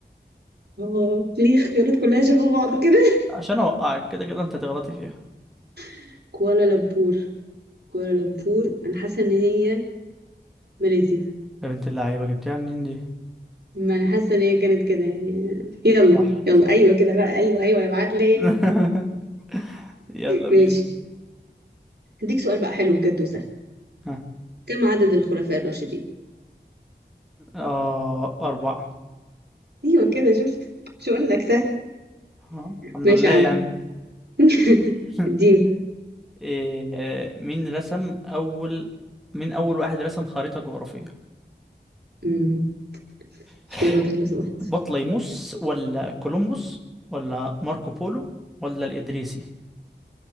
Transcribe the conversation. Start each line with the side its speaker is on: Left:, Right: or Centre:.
Right: هو ليه اختيارات كلها شبه بعض كده
Centre: عشان أوقعك كده كده أنت هتغلطي فيها
Right: <laughs> كوالالمبور كوالالمبور انا حاسه ان هي ماليزيا
Centre: يا بنت اللعيبة جبتها منين دي
Right: ما انا حاسه ان هي كانت كده يعني يلا
Centre: صح
Right: يلا
Centre: صح
Right: ايوه كده بقى ايوه ايوه يا معلم
Centre: <laughs> يلا بينا
Right: ماشي هديك سؤال بقى حلو بجد وسهل
Centre: ها.
Right: كم عدد الخلفاء الراشدين
Centre: آه أربعة
Right: ايوه كده شفت مش هقول لك سهل
Centre: آه. الحمد
Right: ماشي
Centre: لله
Right: يا
Centre: يعني
Right: عم <laughs>
Centre: <laughs>
Right: اديني
Centre: إيه مين رسم أول مين أول واحد رسم خريطة جغرافية
Right: مم.
Centre: <laughs>
Right: اختياراتك لو سمحت
Centre: بطليموس ولا كولومبوس ولا ماركو بولو ولا الإدريسي